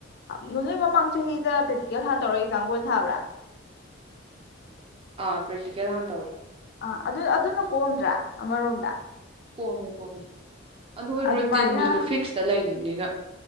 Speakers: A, on the left; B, on the right.
A: ꯅꯣꯏ ꯃꯃꯥꯡ ꯆꯍꯤꯗ ꯄ꯭ꯔꯦꯛꯇꯤꯀꯦꯜ ꯍꯥꯟꯅ ꯇꯧꯔꯒ ꯑꯦꯛꯖꯥꯝ ꯀꯣꯟ ꯊꯥꯕ꯭ꯔꯥ
B: ꯑ <unintelligible>
A: ꯑ ꯑꯗꯨ ꯑꯗꯨꯅ ꯀꯣꯝꯗ꯭ꯔꯥ ꯑꯃꯔꯣꯝꯗ
B: ꯀꯣꯝꯃꯦ ꯀꯣꯝꯃꯦ ꯑꯗ
A: ꯑꯗꯨꯃꯥꯏꯅ
B: ꯔꯤꯟꯗꯨꯁꯨ ꯐꯤꯛꯁ ꯇ ꯂꯩ ꯏꯅꯤꯅ